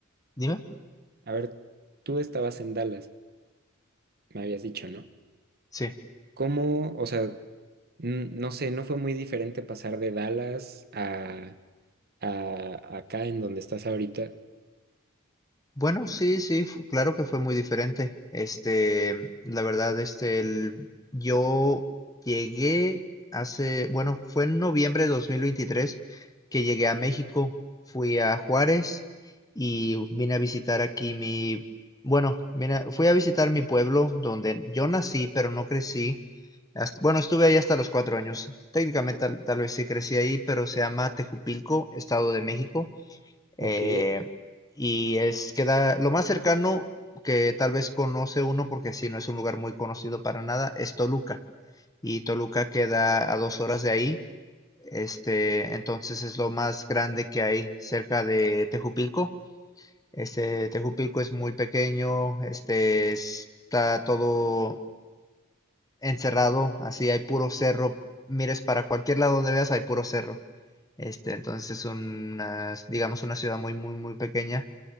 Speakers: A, on the left; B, on the right.
A: Dime.
B: A ver, tú estabas en Dallas, me habías dicho, ¿no?
A: Sí.
B: ¿Cómo, o sea, n- no sé, no fue muy diferente pasar de Dallas a, a acá en donde estás ahorita?
A: Bueno, sí, sí, fu- claro que fue muy diferente. Este, la verdad, este, el- yo llegué hace, bueno, fue en noviembre de 2023 que llegué a México, fui a Juárez y vine a visitar aquí mi, bueno, vine a- fui a visitar mi pueblo donde yo nací, pero no crecí. Hasta- bueno, estuve ahí hasta los cuatro años. Técnicamente tal, tal vez sí crecí ahí, pero se llama Tejupilco, Estado de México. Eh,
B: Ok,
A: y es queda lo más cercano que tal vez conoce uno, porque si no es un lugar muy conocido para nada, es Toluca. Y Toluca queda a dos horas de ahí. Este, entonces es lo más grande que hay cerca de Tejupilco. Este, Tejupilco es muy pequeño, este, está todo encerrado, así hay puro cerro. Mires para cualquier lado donde veas, hay puro cerro. Este, entonces es una, digamos, una ciudad muy, muy, muy pequeña